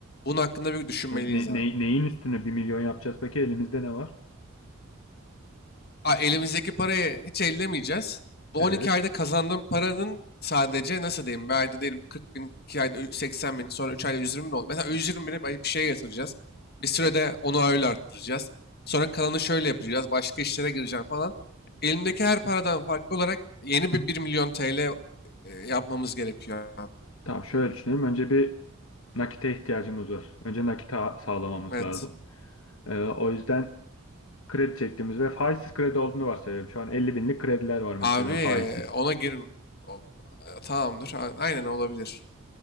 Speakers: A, on the left; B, on the left.
A: Bunun hakkında bir düşünmeliyiz
B: Ne,
A: abi.
B: ne- neyin üstüne bir milyon yapacağız? Peki elimizde ne var?
A: a- elimizdeki parayı hiç ellemeyeceğiz. Bu
B: Evet.
A: 12 ayda kazandığım paranın sadece nasıl diyeyim bir ayda diyelim 40 bin, 2 ayda ü- 80 bin, sonra 3 ayda 120 bin oldu. Mesela 120 bini belki bir şeye yatıracağız. Bir sürede onu öyle arttıracağız. Sonra kalanı şöyle yapacağız. Başka işlere gireceğim falan. Elimdeki her paradan farklı olarak yeni bir 1 milyon TL e, yapmamız gerekiyor abi.
B: Tamam şöyle düşünelim. Önce bir nakite ihtiyacımız var. Önce nakite ha- sağlamamız
A: Evet.
B: lazım. Ee, o yüzden kredi çektiğimiz ve faizsiz kredi olduğunu varsayıyorum. Şu an 50 binlik krediler var mesela
A: Abi e,
B: faizsiz.
A: ona gir. o- e, Tamamdır. A- Aynen olabilir.